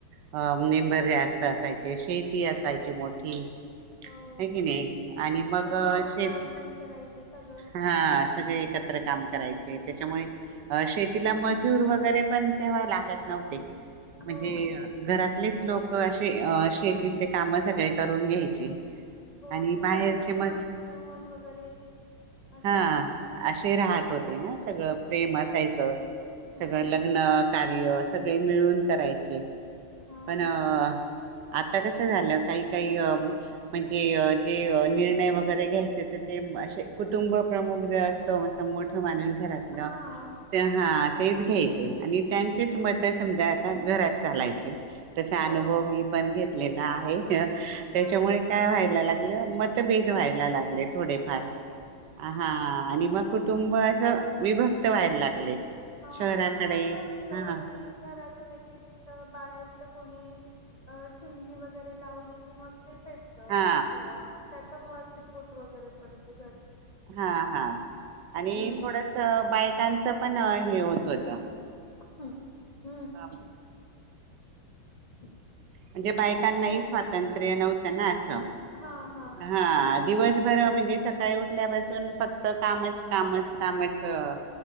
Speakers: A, on the right; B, on the left.
A: <unintelligible> जास्त असायचे शे ती असायची मोठी
B: हो
A: होय कणी आणि मग
B: एकत्र
A: शेती
B: काम पण करायचे सगळं
A: हा सगळे एकत्र काम करायचे ते त्याच्यामुळे शेतीला मजूर वगैरे पण तेव्हा लागत नव्हते म्हणजे
B: हो
A: घरातलेच लोक असे अ शेतीचे काम सगळे- करून घ्यायचे.
B: हो
A: आणि बाहेरचे
B: ते सगळे मिळून
A: मग
B: मिळून वगैरे असं
A: हा असे राहा राहात होते ना सगळं प्रेम असायचं
B: हम्म
A: सगळं लग्न- कार्य सगळे मिळून करायचे
B: हा
A: पण आआ आता कसं झालं काही काही म्हणजे जे निर्णय वगैरे घ्यायचे ते असे कुटुंब प्रमुख जे असतो म मोठं माणूस घरातलं
B: हा
A: ते हात- तेच घ्यायचे आणि त्यांचेच मत समजा आता घरात चालायचे तसा
B: हो
A: अनुभव मी पण घेत- लेला आहे. त्याच्यामुळे
B: हा
A: काय व्हायला लागलं मतभेद व्हायला लागलेत थोडे फार हा आणि मग कुटुंब असं विभक्त व्हायला लागले.
B: हा
A: शहराकडे
B: ते असं असत
A: हा
B: की घराच्या व्यतिरिक्त बाहेरच कोणी ठिणगी वगैरे लावली कि म ते पेटत असं
A: हा
B: त्यांच्यामुळेच ते फोटो वगैरे पडते.
A: हा हा आणि
B: हम्म
A: थोडस बायकांच पण हे होत होत.
B: हू हू
A: ह अम
B: <unintelligible>
A: म्हणजे बायकांनाही
B: ते
A: स्वातंत्र्य नव्हतं ना असं
B: हा हा
A: हा दिवसभर म्हणजेच सकाळी उठल्यापासून, फक्त कामच कामच कामचं